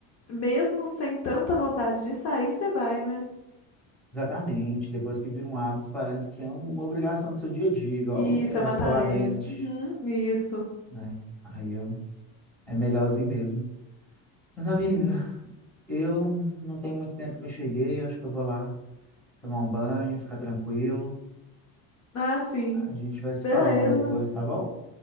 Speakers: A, on the left; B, in the centre.
A: mesmo sem tanta vontade de sair, você vai, né?
B: Exatamente, depois que vira um hábito, parece que é uma obrigação do seu dia a dia, igual,
A: E
B: sei
A: Isso
B: lá,
A: é uma
B: escovar
A: tarefa.
B: dente,
A: Uhum, isso.
B: né? Aí eu, é melhorzinho mesmo. Mas, amiga,
A: Sim.
B: eu não tem muito tempo que eu cheguei, acho que eu vou lá tomar um banho, ficar tranquilo.
A: Ah, sim.
B: A gente vai se
A: Beleza.
B: falando depois, tá bom?